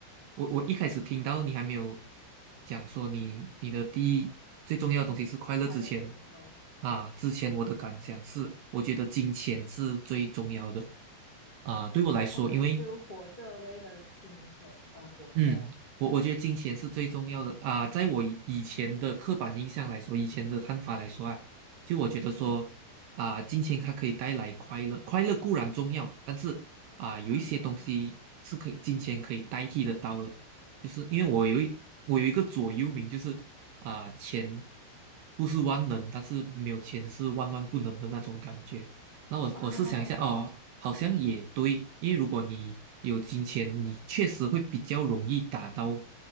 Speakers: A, on the right; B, on the left.
A: 我我一开始听到你还没有讲说你你的第一最重要的东西是快乐之前
B: 嗯，是快乐的时候
A: 啊，之前我的感想是，
B: 啊。
A: 我觉得金钱是最重要的啊、对我来说，
B: 哦，
A: 因为
B: 就活着为了金钱而活着啦。
A: 嗯，我我觉得金钱是最重要的啊，
B: 嗯
A: 在我以以前的刻板印象来说，
B: 嗯
A: 以前的看法来说啊，就我觉得说啊，
B: 嗯
A: 金钱它可以带来快乐，快乐固然重要，但是啊，有一些东西是可以金钱可以代替得到的，
B: 嗯，
A: 就是因为我有一我有一个座右铭，就是啊，钱不是万能，但是没有钱是万万不能的那种感觉。那我我试想一下哦，
B: 哦，<laughs>
A: 好像也对，因为如果你有金钱，你确实会比较容易达到